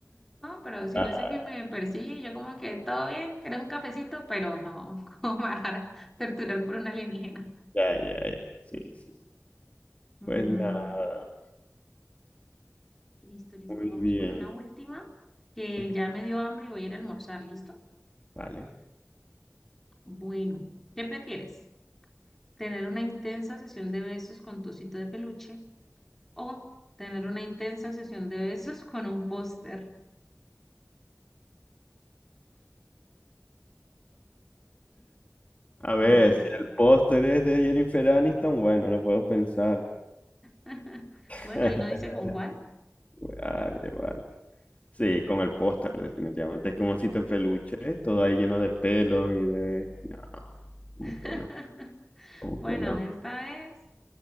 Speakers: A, in the centre; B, on the left (about 30°).
A: No, pero si
B: Ah,
A: yo sé que me persigue, yo como que todo bien, ¿querés un cafecito? Pero no, <laughs> ¿cómo me van a torturar por un alienígena?
B: Ya, ya, ya, sí, sí.
A: Mm,
B: Pues nada,
A: listo, listo.
B: muy
A: Vamos
B: bien.
A: con una última que
B: Ok,
A: ya me dio hambre y voy a ir a almorzar, ¿listo?
B: Vale.
A: Bueno, ¿qué prefieres? ¿Tener una intensa sesión de besos con tu osito de peluche o tener una intensa sesión de besos con un póster?
B: A ver,
A: ¿Qué prefieres?
B: si el póster es de Jennifer Aniston, bueno, lo puedo pensar.
A: <laughs>
B: <laughs>
A: Bueno, ahí no dice con cuál.
B: Vale, vale. Sí, con el póster, definitivamente. Es como un osito de peluche, ¿eh? todo ahí lleno de pelos y de... No, como
A: <laughs>
B: que no, como
A: Bueno,
B: que no.
A: esta vez.